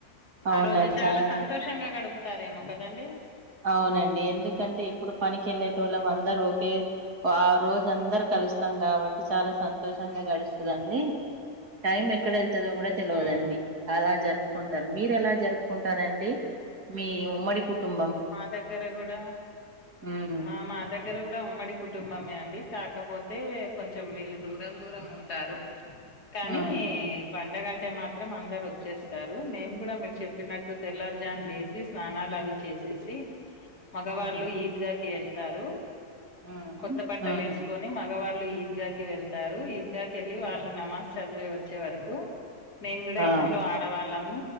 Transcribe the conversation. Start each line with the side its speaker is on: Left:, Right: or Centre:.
Right: అవునండి
Left: ఆ రోజు చాలా సంతోషంగా
Right: సం
Left: గడుపుతారేమో కదండి
Right: అవునండి ఎందుకంటే ఇప్పుడు పనికి వెళ్ళేటోళ్ళం అందర ఒకే ఆ రోజు అందరు కలుస్తాం కాబట్టి చాలా సంతోషంగా గడుస్తదండి టైం ఎక్కడ వెళ్తుందో కూడ తెలియదుండి
Left: ఉమ్
Right: అలా జరుపుకుంటారు మీరు ఎలా జరుపుకుంటారండి మీ ఉమ్మడి కుటుం
Left: మా దగ్గర కూడ
Right: ఉమ్
Left: ఆ మా దగ్గర కు ఉమ్మడి కుటుంబమే అండి కాకపోతే కొంచెం వీళ్ళు దూరం దూరం ఉంటారు కానీ
Right: ఉమ్
Left: పండగంటే మాత్రం అందరు వచ్చేస్తారు మేము కూడ మీరు చెప్పినట్టు తెల్లారుజామ్ లేసి స్నాలు అవి వచ్చేసి మగవాళ్లు
Right: ఉమ్
Left: ఈద్గాకి వెళ్తారు
Right: ఉమ్
Left: కొత్త బట్టలేసుకొని
Right: ఉమ్
Left: మగవారు వాళ్ళు ఈద్గాకి వెళ్తారు ఈద్గాకి వెళ్ళలి వాళ్ళు నమాజ్ చదివి వచ్చే వరకు మేము కూడ
Right: ఆ
Left: ఇంట్లో ఆడవాళ్ళము